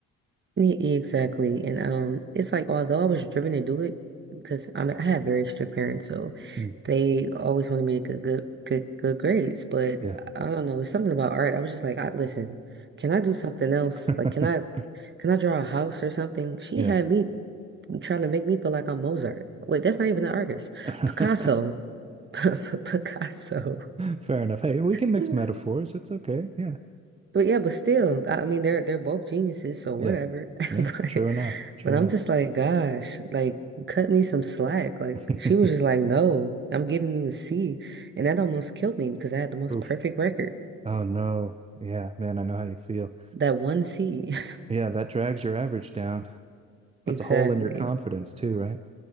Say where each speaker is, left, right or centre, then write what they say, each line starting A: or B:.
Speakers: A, on the right; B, on the right.
A: Yeah, exactly. And um it's like although I was driven to do it because I mean I had very strict parents, so
B: Hmm.
A: they always wanted me to get good good good grades. But
B: Yeah.
A: I don't know, it's something about art. I was just like, I listen, can I do something else?
B: <laughs>
A: Like can I can I draw a house or something? She
B: Yeah.
A: had me trying to make me feel like I'm Mozart. Wait, that's not even an artist.
B: <laughs>
A: Picasso. <laughs> Picasso.
B: Fair enough. Hey, we can mix
A: <laughs>
B: metaphors. It's okay. Yeah.
A: But yeah, but still, I I mean they're they're both geniuses, so whatever.
B: Yeah.
A: <laughs>
B: Yeah.
A: But
B: True enough. True
A: But I'm
B: enough.
A: just like, gosh, like cut me some slack. Like
B: <laughs>
A: she was just like, no, I'm giving you a C. And that almost killed me because I had the most
B: Oof.
A: perfect record.
B: Oh no. Yeah, man, I know how you feel.
A: That one C. <laughs>
B: Yeah, that drags your average down.
A: Exactly.
B: Puts a hole in your confidence too, right?